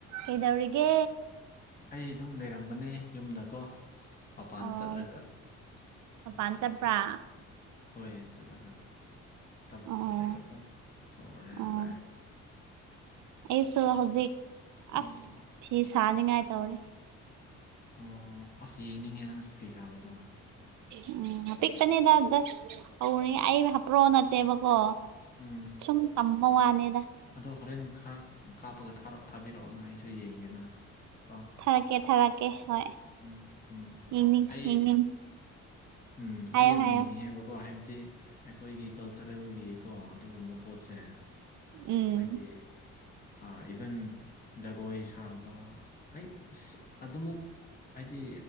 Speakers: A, on the right; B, on the left.
A: ꯀꯩꯗꯧꯔꯤꯒꯦ
B: ꯑꯩ ꯑꯗꯨꯝ ꯂꯩꯔꯝꯕꯅꯦ ꯌꯨꯝꯗꯀꯣ ꯃꯄꯥꯟ
A: ꯑꯣ
B: ꯆꯠꯂꯒ
A: ꯃꯄꯥꯟ
B: ꯎꯝ
A: ꯆꯠꯄ꯭ꯔꯥ
B: ꯍꯧꯖꯤꯛ ꯍꯣꯏ ꯆꯠꯂꯒ ꯊꯕꯛ
A: ꯑꯣ
B: ꯈꯔ ꯂꯩꯕꯀꯣ ꯆꯠꯊꯣꯔꯎꯨꯔꯦ
A: ꯑꯣ
B: ꯍꯜꯂꯛꯑꯦ
A: ꯑꯩꯁꯨ ꯍꯧꯖꯤꯛ
B: ꯎꯝ
A: ꯑꯁ ꯐꯤ ꯁꯥꯅꯤꯉꯥꯏ ꯇꯧꯔꯤ
B: ꯑꯣ ꯑꯁ ꯌꯦꯡꯅꯤꯡꯉꯦ ꯅꯪꯅ ꯐꯤ ꯁꯥꯕꯗꯣ
A: ꯎꯝ ꯑꯄꯤꯛꯄꯅꯤꯗ ꯖꯁ ꯍꯧꯔꯦ ꯑꯩ ꯍꯥꯞꯄ꯭ꯔꯣ ꯅꯠꯇꯦꯕꯀꯣ
B: ꯎꯝ
A: ꯁꯨꯝ ꯇꯝꯕ ꯋꯥꯅꯦꯗ
B: ꯑꯗꯣ ꯍꯣꯔꯦꯟ ꯈꯔ ꯀꯥꯞꯄꯒ ꯊꯥꯕꯤꯔꯛꯑꯣꯅ ꯑꯩꯁꯨ ꯌꯦꯡꯒꯦꯅ ꯀꯣ
A: ꯊꯥꯔꯛꯀꯦ ꯊꯥꯔꯛꯀꯦ ꯍꯣꯏ
B: ꯎꯝ ꯎꯝ
A: ꯌꯦꯡꯅꯤꯡ
B: ꯑꯩ
A: ꯌꯦꯡꯅꯤꯡ
B: ꯎꯝ
A: ꯍꯥꯏꯌꯣ
B: ꯑꯩ ꯌꯥꯝ
A: ꯍꯥꯏꯌꯣ
B: ꯌꯦꯡꯅꯤꯡꯉꯦꯕ ꯀꯣ ꯍꯥꯏꯕꯗꯤ ꯑꯩꯈꯣꯏꯒꯤ ꯀꯜꯆꯔꯦꯜꯒꯤꯀꯣ ꯑꯗꯨꯒꯨꯝꯕ ꯄꯣꯠꯁꯦ
A: ꯎꯝ
B: ꯑꯩꯈꯣꯏꯒꯤ ꯑꯥ ꯏꯚꯟ ꯖꯒꯣꯏ ꯁꯥꯕ ꯍꯩ ꯑꯁ ꯑꯗꯨꯃꯛ ꯍꯥꯏꯗꯤ